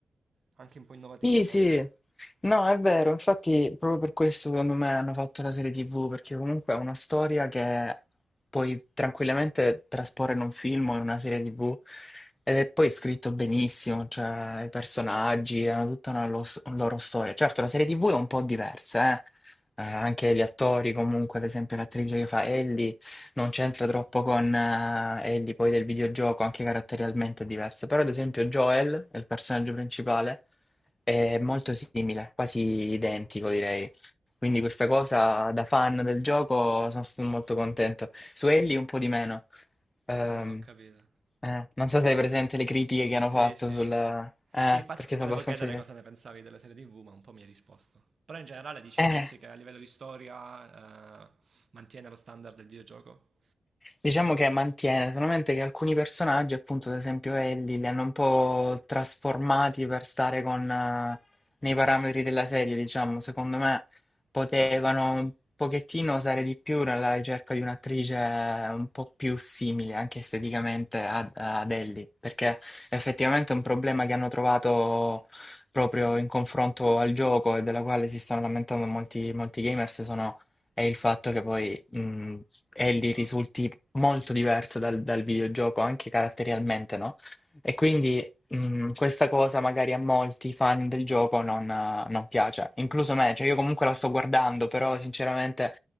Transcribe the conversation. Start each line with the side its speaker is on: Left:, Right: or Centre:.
Right: anche un po' innovativo
Left: Sì,
Right: forse.
Left: sì, no, è vero, infatti proprio per questo secondo me hanno fatto la serie TV, perché comunque è una storia che puoi tranquillamente trasporre in un film o in una serie TV ed è poi scritto benissimo, cioè i personaggi hanno tutta una lo- loro storia. Certo, la serie TV è un po' diversa, eh? Eh, anche gli attori comunque, ad esempio l'attrice che fa Ellie non c'entra troppo con eh, Ellie poi del videogioco, anche caratterialmente è diversa, però ad esempio Joel, è il personaggio principale. È molto simile, quasi identico direi. Quindi questa cosa da fan del gioco sono stato molto contento. Su Ellie un po' di meno. Ehm,
Right: Ah, ho capito.
Left: eh, non so se hai presente le critiche che hanno
Right: Sì,
Left: fatto
Right: sì.
Left: sul... eh,
Right: Sì, infatti
Left: perché
Right: ti volevo
Left: sono abbastanza
Right: chiedere cosa ne pensavi della serie TV, ma un po' mi hai risposto. Però in generale dici,
Left: diverse.
Right: pensi che a livello di storia, eh, mantiene lo standard del videogioco?
Left: Diciamo che mantiene, solamente che alcuni personaggi, appunto, ad esempio Ellie, li hanno un po' trasformati per stare con, eh, nei parametri della serie, diciamo. Secondo me potevano un pochettino usare di più nella ricerca di un'attrice un po' più simile, anche esteticamente, ad, ad Ellie, perché effettivamente è un problema che hanno trovato proprio in confronto al gioco e della quale si stanno lamentando molti, molti gamers, sono, è il fatto che poi... mh, Ellie risulti molto diverso dal, dal videogioco, anche caratterialmente, no? E quindi mh, questa cosa magari a molti fan del gioco non, eh, non piace, incluso me, cioè io comunque la sto guardando, però sinceramente